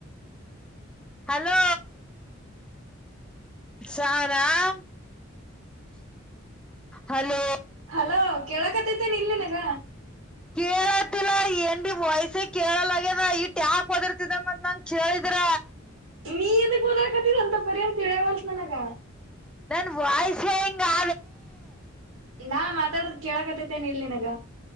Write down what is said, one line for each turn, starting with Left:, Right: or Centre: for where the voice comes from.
Centre: ಹಲೋ ಸಾರಾಮ ಹಲೋ
Right: ಹಲೋ ಕೇಳಕತತೇನೆ ಇಲ್ಲಿನಗ
Centre: ಕೇಳತಿಲ್ಲ ಏನ್ ಬಿ ವಯಸ್ಸೆ ಕೇಳಲಗ್ಯದ ಈ ಟ್ಯಾಕ್ ಹೊದಿರ್ತಿದಂದ ನಂಗ ಕೇಳಿದ್ರ
Right: ನೀ ಇದದ ಹೋದಕತ್ತೀರ ಅಂತ ಬರಿ್ಯ ಅಂತ ಹೇಳವಲ್ಸ ನನಗ
Centre: ನನ್ ವಾಯ್ಸೇ ಹಿಂಗೆ
Right: ನಾ ಮಾತಾಡದು ಕೇಳಕತೈತೆೇನ ಇಲ್ ನಿನಗ